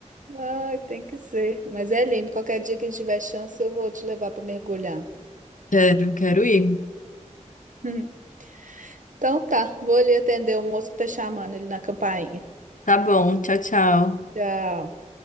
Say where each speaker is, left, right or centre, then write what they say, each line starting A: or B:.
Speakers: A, on the right (about 80°); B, on the left (about 85°).
A: Ai, tem que ser. Mas é lindo, qualquer dia que a gente tiver chance, eu vou te levar para mergulhar.
B: quero, quero ir.
A: <laughs> Então tá, vou ali atender o moço que tá chamando ele na campainha.
B: Tá bom, tchau, tchau.
A: Tchau.